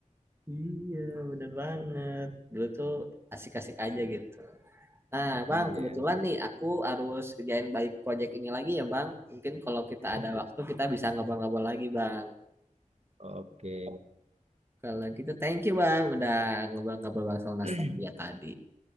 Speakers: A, on the right; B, on the right.
A: Iya, bener banget. Dulu tuh asik-asik aja gitu. Nah, Bang,
B: iya
A: kebetulan nih aku harus kerjain balik project ini lagi ya, Bang. Mungkin kalau kita
B: oke
A: ada waktu kita bisa ngobrol-ngobrol lagi, Bang.
B: oke
A: Kalau gitu, thank you, Bang, udah ngobrol-ngobrol Bang soal nostalgia
B: <clears throat>
A: tadi.